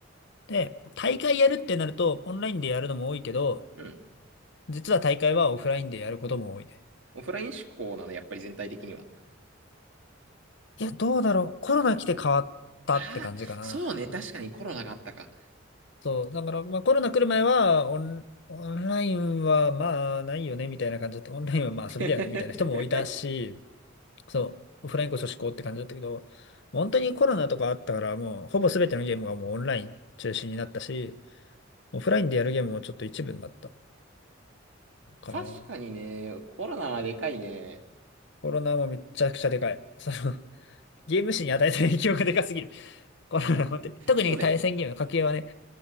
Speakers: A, on the left; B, on the right.
A: で、大会やるってなると、オンラインでやるのも多いけど、
B: うん。
A: 実は大会はオフラインでやることも多いね。
B: オフライン志向なの、やっぱり全体的には。
A: いや、どうだろう。コロナ来て変わったって感じかな。
B: ああ、そうね。確かにコロナがあったか。
A: そう。だから、まあコロナ来る前は、オン、オンラインはまあないよね、みたいな感じだって、オンラインはまあ遊びだよね、
B: <laughs>
A: みたいな人もいたし、そう、オフラインこそ至高って感じだったけど、本当にコロナとかあったから、もうほぼ全てのゲームがもうオンライン中心になったし、オフラインでやるゲームもちょっと一部になったかな。
B: 確かにね、コロナはでかいね。
A: コロナもめちゃくちゃでかい。その、ゲーム史に与えた影響がでかすぎる。コロナ、本当に。特に対戦ゲーム、
B: そうね。
A: 家計はね、